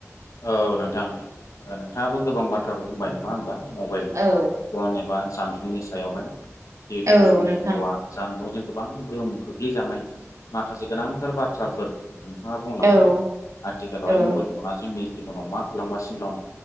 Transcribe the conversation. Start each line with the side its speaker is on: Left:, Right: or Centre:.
Left: औ नोंथां नोंथांङाबो गोबां बाथ्राखौ बुंबाय नंङा होमबा मबाइल
Right: औ
Left: फन एबा जानबुंनि सायावहाय जिहेतु
Right: औ
Left: जोंनि
Right: नोंथां
Left: जिउआ जानबुंजों गोबां गोहोम खोख्लैजानाय माखासे गोनांथार बाथ्राफोर नोंथाङा बुंलांबाय
Right: औ
Left: आथिखालावहाय
Right: औ
Left: मबाइल फना जोंनि जिबनाव मा खालामगासिनो दं।